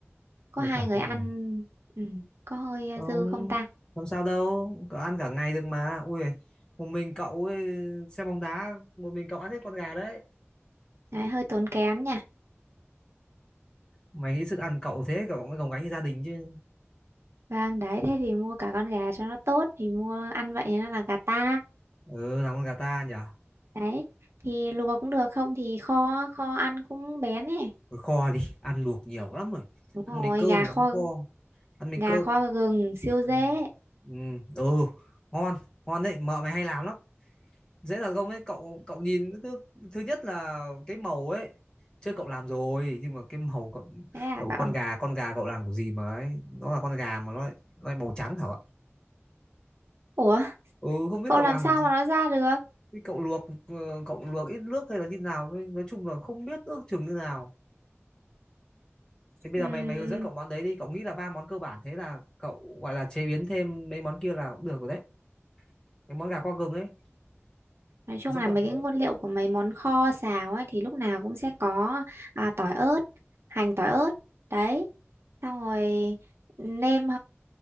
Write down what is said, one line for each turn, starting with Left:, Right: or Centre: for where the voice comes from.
Right: có
Left: một
Right: hai
Left: cả
Right: người
Left: con
Right: ăn
Left: người
Right: ừ. có hơi
Left: không
Right: dư không ta
Left: làm sao đâu cậu ăn cả ngày được mà ui giời, một mình cậu ấy, xem bóng đá một mình cậu ăn hết con gà đấy
Right: đấy, hơi tốn kém nha
Left: mày nghĩ sức ăn cậu thế cậu mới gồng gánh gia đình chứ
Right: Vâng, đấy, thế thì mua cả con gà cho nó tốt thì mua ăn vậy nó là gà ta.
Left: ừ làm con gà ta nhỉ
Right: Đấy, thì luộc cũng được không thì kho, kho ăn cũng bén ấy.
Left: Thôi kho đi, ăn luộc nhiều lắm rồi.
Right: Đúng
Left: Ăn mấy
Right: rồi,
Left: cơm
Right: gà
Left: thì
Right: kho,
Left: ăn kho, ăn mấy
Right: gà
Left: cơm.
Right: kho gừng siêu
Left: Ừ.
Right: dễ.
Left: Ừ, ừ, ngon, ngon đấy, mợ mày hay làm lắm. Dễ là công đấy, cậu cậu nhìn cứ thứ nhất là cái màu ấy. Chưa cậu làm rồi, nhưng mà cái màu cậu
Right: Thế à
Left: cậu
Right: cậu?
Left: con gà, con gà cậu làm của gì mà ấy, nó là con gà mà nó lại, nó lại màu trắng hả ạ?
Right: Ủa,
Left: Ừ, không biết
Right: cậu
Left: cậu
Right: làm
Left: làm
Right: sao
Left: của gì.
Right: mà nó ra được?
Left: Thế Cậu luộc ờ, cậu luộc ít nước hay là như nào, với- nói chung là không biết ước chừng như nào. Thế bây
Right: Ừm,
Left: giờ mày mày hướng dẫn cậu món đấy đi, cậu nghĩ là ba món cơ bản thế là cậu gọi là chế biến thêm mấy món kia là cũng được rồi đấy. Cái món gà qua gừng ấy, hướng
Right: nói chung
Left: dẫn
Right: là
Left: cậu
Right: mấy
Left: món
Right: cái
Left: đấy.
Right: nguyên liệu của mấy món kho xào ấy thì lúc nào cũng sẽ có à, tỏi ớt, hành tỏi ớt. Đấy, xong rồi nêm